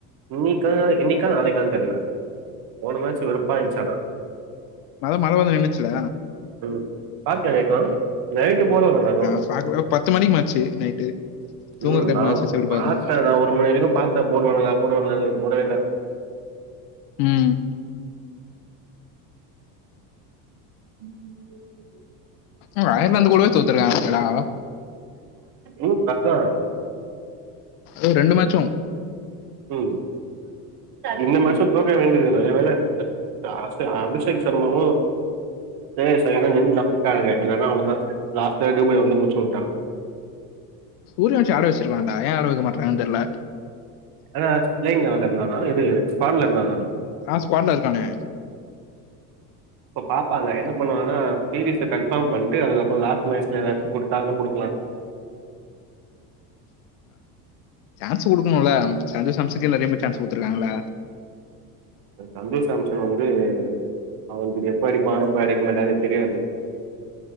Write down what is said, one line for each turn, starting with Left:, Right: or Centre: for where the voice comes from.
Right: இன்னிக்கா இன்னிக்கா நாளைக்கான் தெர்ல போன மேச்சு வெறுப்பா ஆய்ருச்சி அனா
Left: அதா மழ வந்து நின்னுச்சுல
Right: ம் பாக்க லைட்டோ நைட் போனானுங்களா
Left: ஆ நா பாக்கல பத்து மணிக்கு மேட்ச் நைட்டு தூங்குற
Right: ம்
Left: டைம்
Right: நான்
Left: மேட்சஸ் எப்படி பாக்குறது?
Right: பார்த்தேன் நான் ஒரு மணி வரைக்கும் பத்தே போடு வாண்ணுங்கலா போடு வாண்ணுங்கலா இல்ல போடவே இல்ல
Left: ம்
Right: <inaudible>
Left: அவ ஐயர்நாந்து கூடவே சுத்தராங்களடா
Right: ம் அத
Left: அ ரெண்டு மேட்சும்
Right: உ இந்த மாசோ தோற்க்க வேண்டியது நல்ல வேல இந்த இந்த அஸ் அபிஷேக் ஷர்மாவும் ஏ ஐ சைடுல நின்னு ஆடிட்டாங்க இல்லனா அவ்ளோ‌தா லாஸ்ட் ஒன்னுமே வர்ல இதுஸமுடிச்சு விட்டா
Left: ஊரியா வச்சு ஆட வச்சிருக்கலான்டா ஏன் ஆட வைக்க மாட்டிக்குராங் தெர்ல
Right: எதனா ஸ்ப்லேயிங்ல வந்து இருந்தானா இது ஸ்பாட்ல இருந்தான்னா
Left: ஆன் ஸ்பாட்ல இருக்கானே
Right: இப்ப பாப்பாங்க என்ன பண்ணுவானா டி வி எஸ் அ கன்ஃபாம் பன்ட்டு அதுக்கப்பறோ லாஸ்ட்ல எதாச்சு குடுத்தாலு குடுக்லா
Left: சான்ஸ் குடுக்குணுல்ல சந்தோசம்ஸ்கே நெறைய பேர் சான்ஸ் குடுத்துருக்காங்கள
Right: சந்தோஷ்சம்ஷன் வந்து அவன்து எப்ப அடிப்பா எப்ப அடிக்க மாட்டானு தெரியாது